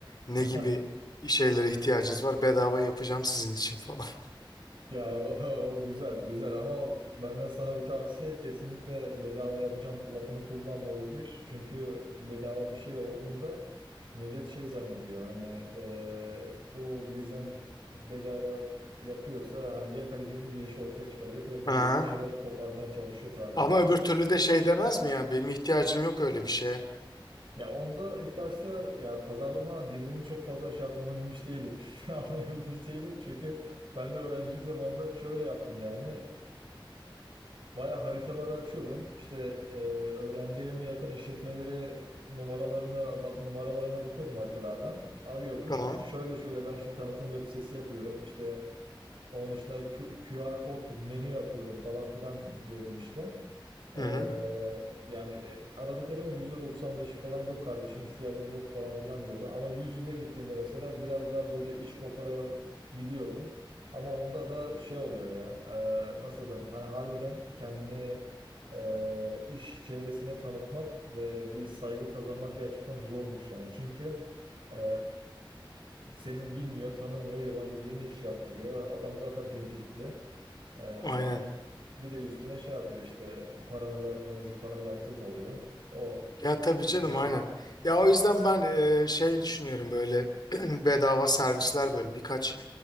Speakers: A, on the left; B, on the right.
A: Ne
B: <laughs>
A: gibi şeylere ihtiyacınız var? Bedava yapacağım sizin için falan.
B: Ya o, <laughs> o güzel güzel ama benden sana bir tavsiye kesinlikle bedava yapacağım lafını kullanma bu bir. Çünkü bedava bir şey olduğunda millet şey zannediyor hani e, bu bizden bedava yapıyorsa hani ya kalitesiz bir iş ortaya çıkaracak ya da bu
A: <laughs> Aha.
B: bizden bir şeyler koparmaya çalışıyor tarzında.
A: Ama öbür türlü de şey demez mi yani? Benim ihtiyacım yok öyle bir şeye.
B: Ya onda ilk başta ya pazarlama dilini çok fazla şey yapabilmiş değilim. <laughs> Anlayabilmiş değilim çünkü ben de öğrencilik zamanında şöyle yaptım yani. Baya haritaları açıyordum. İşte e, öğrenci evime yakın işletmeleri numaralarını ba- numaralarına bakıyordum haritalardan. Arıyordum.
A: Tamam.
B: Şöyle şöyle ben işte tanıtım web sitesi yapıyorum. İşte onun dışında Q- QR kod menü yapıyorum falan filan diyordum işte. Ee,
A: Hı hı.
B: yani e, aradıklarımın %95'i falan yok kardeşim ihtiyacım yok falan filan diyordu. Ama yüz yüze gittiğimde mesela biraz daha böyle iş koparabiliyordum. Ama onda da şey oluyor ya e, nasıl desem hani harbiden kendini e, iş çevresine tanıtmak ve bir saygı kazanmak gerçekten zormuş yani. Çünkü e, seni bilmiyor, tanımıyor, yabancı birine iş yaptırıyor. Adam zaten pimpirikli. Ee,
A: Aynen.
B: bir de üstüne şey yapıyor işte paranı vermemezlik falan yaptığı da oluyor. O
A: Ya tabii canım
B: da şey.
A: aynen. Ya o yüzden ben e, şey düşünüyorum böyle <clears throat> bedava servisler böyle birkaç